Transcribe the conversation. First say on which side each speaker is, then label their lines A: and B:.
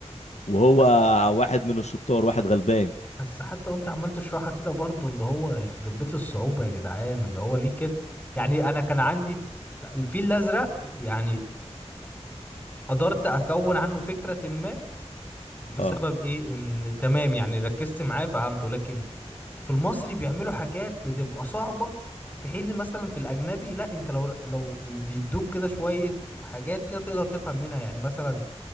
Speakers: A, on the left; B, on the left.
A: وهو
B: بس
A: واحد من الشطار واحد غلبان
B: بس حتى وانت عمال تشرحها كده برضو اللي هو يخرب بيت الصعوبة يا جدعان اللي هو ليه كده يعني انا كان عندي الفيل الازرق يعني قدرت اكون عنه فكرة ما بسبب
A: اه
B: ايه ان تمام يعني ركزت معاه فهمته لكن في المصري بيعملوا حاجات بتبقى صعبة في حين مثلا في الاجنبي لا انت لو لو بيدوك كده شوية حاجات كده تقدر تفهم منها يعني مثلا